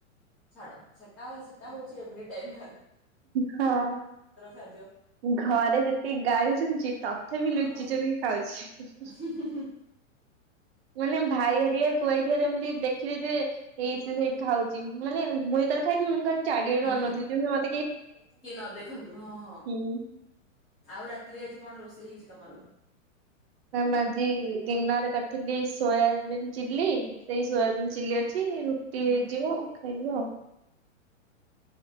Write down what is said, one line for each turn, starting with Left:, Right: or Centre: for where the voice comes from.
Centre: ଛାଡ ସେଟା ସେଟା ହଉଛି ଏଭ୍ରି ଟାଇମ୍।
Right: ହଁ
Centre: ଖାଦ୍ୟ
Right: ଘରେ ଯେତିକି ଗାଳି ଶୁଣିଛି ତଥାପି ଲୁଚି
Centre: ହଁ।
Right: ଚୁରିକି ଖାଉଛି।
Centre: ହୁଁ ହୁଁ
Right: ମାନେ ଭାଇ ହେରିଆ ଖୁଆଇ ଖିଆରେ ଏମିତି ଦେଖି ଯେ ଏଇ ସେ ସେଇଠି ଖାଉଛି ମାନେ ମୁଇଁ ଯେତେବେଳେ ଖାଇଥିବି ମୁଁ ଚାରିଆଡେ ଅନାଉଥିବି
Centre: ହୁଁ
Right: ଯେମିତି ମୋତେ
Centre: କିଏ ନ ଦେଖନ୍ତୁ ହଁ ହଁଆଉ
Right: ହୁଁ।
Centre: ରାତିରେ ଆଜି କଣ ରୋଷେଇ ହେଇଛି? ତମର
Right: ମ୍ୟାମ୍ ଆଜି ଦିନରେ କରିଥିଲି ସୋୟାବିିନ ଚିଲ୍ଲି, ସେଇ ସୋୟାବିନ ଚିଲ୍ଲି ଅଛି। ଛି ରୁଟି
Centre: ହୁଁ
Right: ହେଇଯିବ।
Centre: ହୁଁ
Right: <unintelligible>